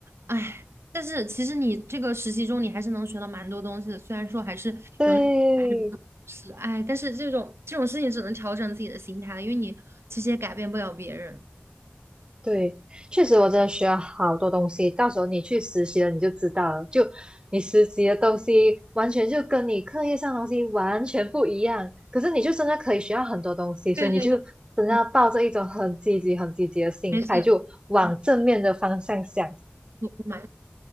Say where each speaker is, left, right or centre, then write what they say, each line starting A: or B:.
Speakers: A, on the right; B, on the right.
A: 哎，但是其实你这个实习中你还是能学到蛮多东西的，虽然说还是有那种烦人的事哎，
B: 对，
A: 但是这种这种事情只能调整自己的心态，因为你其实也改变不了别人。
B: 对，确实我真的学了好多东西。到时候你去实习了，你就知道了。就你实习的东西，完全就跟你课业上的东西完全不一样。可是你就真的可以学到很多东西，
A: 对对对，
B: 所以你就真的要抱着一种很积极、
A: 嗯，
B: 很积极的心态，
A: 没事
B: 就往正面的方向想。
A: 啊，我我蛮，